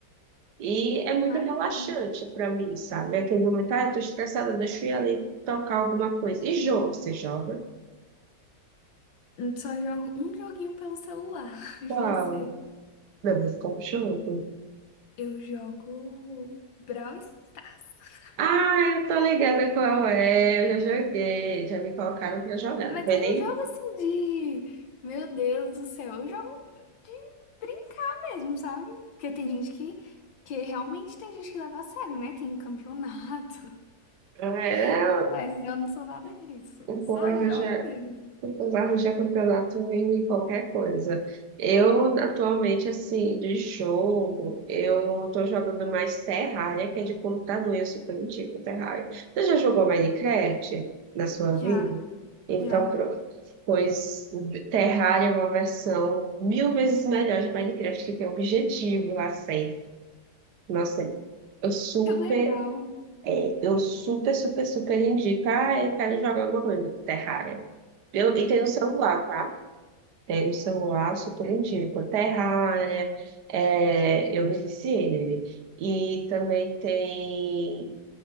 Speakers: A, on the right; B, on the left.
A: E é muito
B: Imagina.
A: relaxante para mim, sabe? Aquele momento, ah, eu tô estressada, deixa eu ir ali tocar alguma coisa. E jogo, você joga?
B: Só jogo um joguinho pelo celular. <laughs> E
A: Qual?
B: você?
A: Não, mas qual jogo?
B: Eu jogo Brawl Stars. <laughs>
A: Ah, eu tô ligada qual é, eu já joguei, já me colocaram pra jogar,
B: Mas
A: não foi
B: eu
A: nem...
B: não jogo assim de. Meu Deus do céu. Eu jogo de brincar mesmo, sabe? Porque tem gente que. Que realmente tem gente que leva a sério, né? Tem campeonato.
A: Ah, Era,
B: <laughs> Mas eu não sou nada disso.
A: o
B: Só
A: povo arranja
B: jogo mesmo.
A: Arranjar campeonato em qualquer coisa. Eu, atualmente, assim, de jogo, eu tô jogando mais Terraria, que é de computador, e eu super antigo Terraria. Você já jogou Minecraft na sua
B: Já,
A: vida? Então,
B: já.
A: pronto. Pois Terraria é uma versão mil vezes melhor de Minecraft, que tem objetivo lá sempre. Nossa, eu super
B: Que legal.
A: é, eu super, super, super indico. Ah, eu quero jogar alguma coisa. Terraria. Eu, e tem no celular, tá? Tem no celular, super indico. Terraria. é, eu me viciei nele. E também tem.